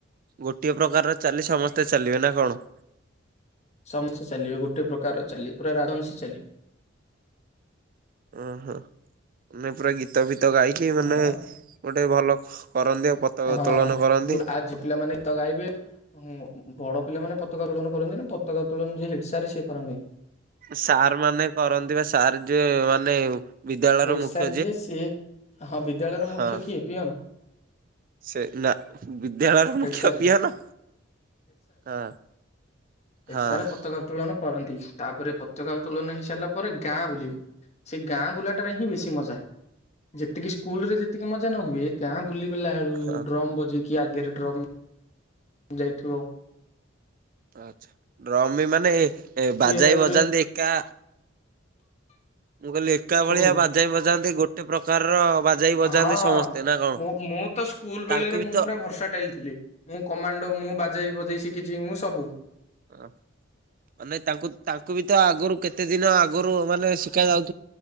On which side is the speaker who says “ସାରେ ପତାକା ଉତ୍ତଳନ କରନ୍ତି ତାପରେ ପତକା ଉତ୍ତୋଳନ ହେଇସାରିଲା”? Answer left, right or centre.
Left